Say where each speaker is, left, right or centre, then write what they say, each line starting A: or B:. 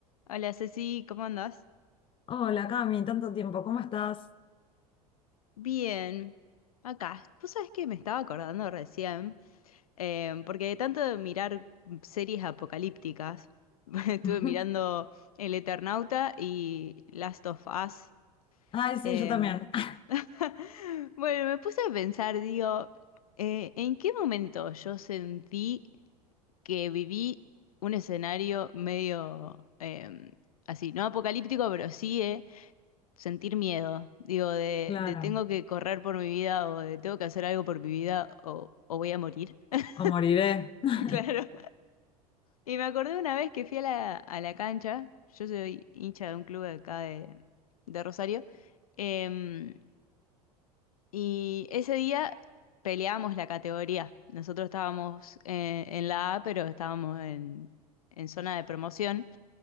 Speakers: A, on the left; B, on the left.
A: Hola Ceci, ¿cómo andás?
B: Hola, Cami, tanto tiempo, ¿cómo estás?
A: Bien, acá. Vos sabés que me estaba acordando recién, eh, porque de tanto de mirar series apocalípticas, <laughs> estuve
B: <laughs>
A: mirando El Eternauta y Last of Us.
B: Ay, sí,
A: em,
B: yo también. <laughs>
A: <laughs> Bueno, me puse a pensar, digo, eh, ¿en qué momento yo sentí que viví un escenario medio eh, así, no apocalíptico, pero sí, eh, sentir miedo, digo, de,
B: Claro,
A: de tengo que correr por mi vida o de tengo que hacer algo por mi vida o, o voy a morir. <laughs>
B: o moriré. <laughs>
A: Claro. Y me acordé una vez que fui a la, a la cancha, yo soy hincha de un club de acá de, de Rosario, eh, y ese día peleamos la categoría. Nosotros estábamos eh, en la A, pero estábamos en, en zona de promoción